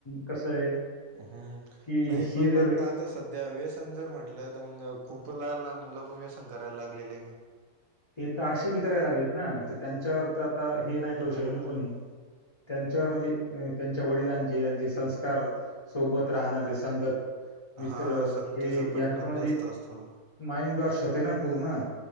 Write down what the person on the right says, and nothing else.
हम्म
नाही
पण मग
आता सध्या व्यसन जर म्हटलं तर मग खूप लहान लहान मुलं पण व्यसन करायला लागलेले ना.
हम्म
हा संगतीचा
परिणाम
जास्त असतो ना